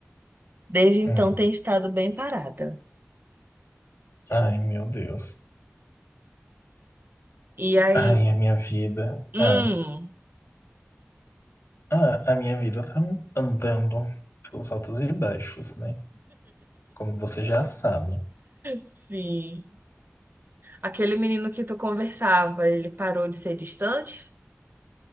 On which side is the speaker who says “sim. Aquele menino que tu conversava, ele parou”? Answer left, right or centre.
Right